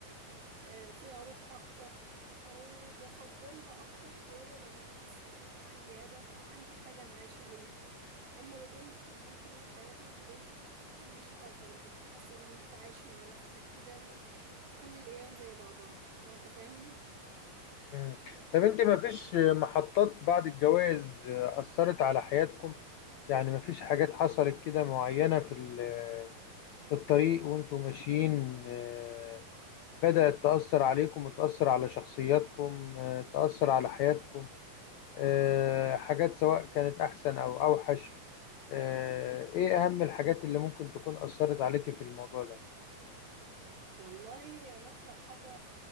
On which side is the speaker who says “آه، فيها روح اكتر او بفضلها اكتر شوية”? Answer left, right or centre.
Right